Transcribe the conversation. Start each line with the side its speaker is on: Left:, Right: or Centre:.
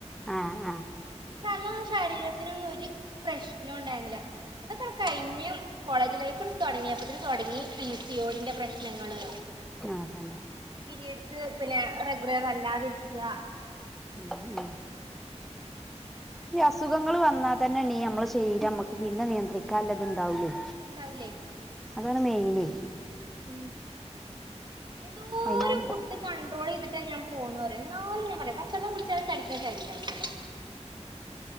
Centre: ആഹ് ആഹ്
Right: ക്ഷ അന്നൊന്നും ശരീരത്തിനൊന്നും ഒര് പ്രശ്നൊണ്ടായിര്ന്നില്ല അതൊക്കെ കഴിഞ്ഞും കോളേജ് ലൈഫ്ണ്ട് തൊടങ്ങിയപ്പത്ന് തൊടങ്ങി പിസിയോടിന്റെ പ്രശ്നങ്ങള്
Centre: ആഹ് അതന്നെ
Right: പീരിയെഡ്സ് പിന്നെ റെഗുലർ അല്ലാതിരികാ
Centre: ഉ ഉം ഈ അസുഖങ്ങള് വന്നാതന്നെണീ അമ്മളെ ശരീരം അമ്മക്ക് പിന്നെ നിയന്ത്രിക്കാല്ലത് ണ്ടാവുലെയ്
Right: ഇണ്ടാവുലെ
Centre: അതാണ്‌ മെയിന്
Right: ഉം എന്തോ
Centre: പൈനാല്
Right: ന്ത്‌ കണ്ട്രോളെയ്തിട്ടാ ഞാപോന്ന്റിയോ ന്നാലും ഞാൻപറിയ പച്ചെള്ളംകുടിച്ചാലും തടിക്കണ ശരീരാൻന്റേത്